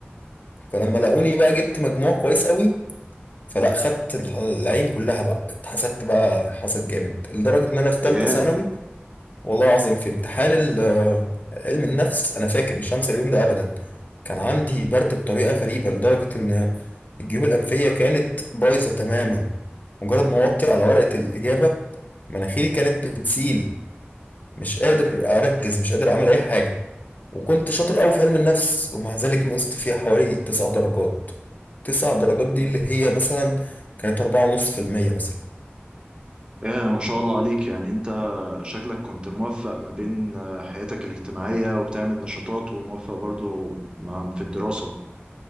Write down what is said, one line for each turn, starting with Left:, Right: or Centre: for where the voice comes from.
Left: فلما لاقوني بقى جبت مجموع كويس قوي فلا خدت الح- العين كلها بقى اتحسدت بقى حسد جامد لدرجة ان انا في ثالثة
Right: يا
Left: ثانوي والله العظيم في امتحان ال- آه، علم النفس انا فاكر مش هنسى اليوم ده ابدا كان عندي برد بطريقة غريبة لدرجة ان الجيوب الانفية كانت بايظة تماما مجرد ما وطي على ورقة الاجابة مناخيري كانت بتسيل مش قادر اركز مش قادر اعمل اي حاجه وكنت شاطر قوي في علم النفس ومع ذلك نقصت فيها حوالي تسع درجات تسع درجات دي اللي هي مثلا كانت أربعة ونص في المية مثلا
Right: يا ما شاء الله عليك يعني انت شكلك كنت موفق ما بين آه، حياتك الاجتماعية وبتعمل نشاطات وموفق برضو مع- في الدراسة